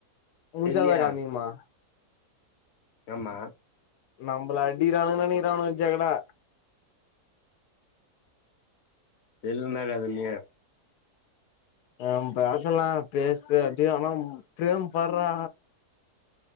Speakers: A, on the left (about 85°); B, on the left (about 50°).
A: முஞ்சாதா
B: தெர்லயா
A: காமிக்குமா
B: ஆமா
A: நம்பள அடிக்கிறானுக நெனைக்கிறானுக ஜகடா
B: எள்ளுன்னா என்னது தம்பி
A: ஆ பேசலா பேசிட்டு அப்டியே ஆனா பிரேம் பார்றா